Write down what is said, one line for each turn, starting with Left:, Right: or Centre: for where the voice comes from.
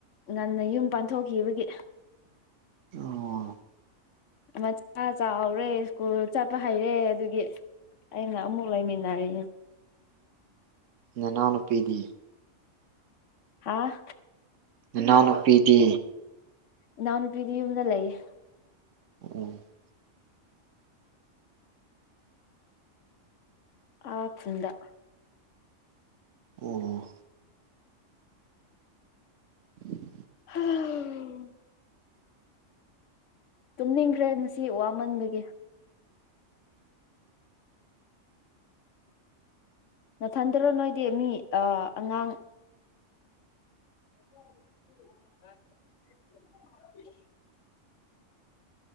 Left: ꯉꯟꯅ ꯌꯨꯝ ꯄꯥꯟꯊꯣꯛꯈꯤꯕꯒꯤ
Right: ꯑꯣ
Left: ꯃꯁꯥ ꯆꯥꯎꯔꯦ ꯁ꯭ꯀꯨꯜ ꯆꯠꯄ ꯍꯩꯔꯦ ꯑꯗꯨꯒꯤ ꯑꯩꯅ ꯑꯃꯨꯛ ꯂꯩꯃꯤꯟꯅꯔꯤ꯫
Right: ꯅꯅꯥꯎꯅꯨꯄꯤꯗꯤ꯫
Left: ꯍꯥꯥ꯫
Right: ꯅꯥꯎꯅꯨꯄꯤꯗꯤ꯫
Left: ꯏꯅꯥꯎ ꯅꯨꯄꯤꯗꯤ ꯌꯨꯝꯗ ꯂꯩꯌꯦ꯫
Right: <unintelligible>
Left: ꯑꯥ ꯈꯨꯟꯗ꯫
Right: ꯑꯣ꯫ <inaudible>
Left: <unintelligible> ꯇꯨꯝꯅꯤꯡꯈ꯭ꯔꯦ ꯉꯁꯤ ꯋꯥꯃꯟꯕꯒꯤ꯫ ꯅꯊꯟꯇꯔꯣ ꯅꯣꯏꯗꯤ ꯃꯤ ꯑ ꯑꯉꯥꯡ <inaudible>